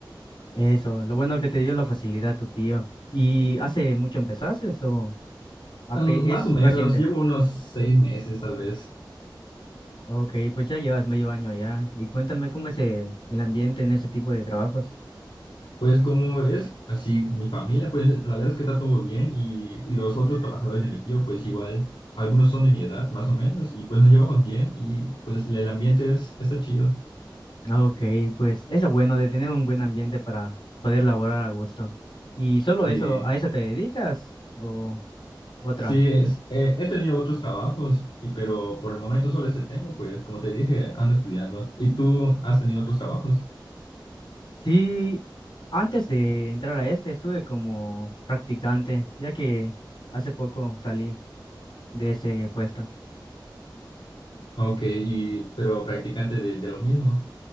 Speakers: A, on the left; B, on the left.
A: Eso, lo bueno que te dio la facilidad tu tío. ¿Y hace mucho empezaste o...? A
B: Mm,
A: P
B: más
A: es
B: o menos,
A: reciente.
B: llevo unos seis meses tal vez.
A: Ok, pues ya llevas medio año ya. Y cuéntame cómo es el, el ambiente en ese tipo de trabajos.
B: Pues como es así mi familia, pues la verdad es que está todo bien y los otros trabajadores de mi tío pues igual, algunos son de mi edad más o menos y pues nos llevamos bien y pues el ambiente es, está chido.
A: Ah, Ok, pues es lo bueno de tener un buen ambiente para poder laborar a gusto. ¿Y solo
B: Sí.
A: eso, a eso te dedicas o otra?
B: Sí, es- eh, he tenido otros trabajos, y, pero por el momento solo este tengo, pues como te dije, ando estudiando. ¿Y tú has tenido otros trabajos?
A: Sí, antes de entrar a este estuve como practicante, ya que hace poco salí de ese puesto.
B: Ok, y, pero practicante de, de lo mismo.